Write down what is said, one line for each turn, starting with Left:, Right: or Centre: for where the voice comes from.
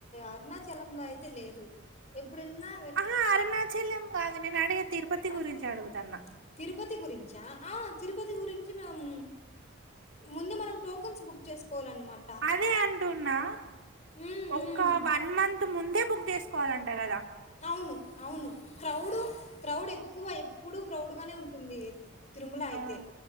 Left: అరుణాచలంలో అయితే లేదు ఎప్పుడన్నా
Right: ఆహ అరుణాచలం గాదు నేను అడిగే తిరుపతి
Left: అంతే
Right: గురించి అడుగుతున్నా
Left: తిరుపతి గురించా ఆ తిరుపతి గురించి మేము ముందు మనం టోకన్స్ బుక్ చేసుకోవాలన్నమాట
Right: అదే అంటున్నా
Left: ఉమ్
Right: ఒక్క
Left: ఉమ్
Right: వన్ మంత్ ముందే బుక్ చేస్కోవాలంట గదా
Left: ఔను ఔను క్రౌడ్ క్రౌడ్ ఎక్కువ ఎప్పుడూ క్రౌడ్ గానే ఉంటుంది తిరుముల ఐతే
Right: ఆ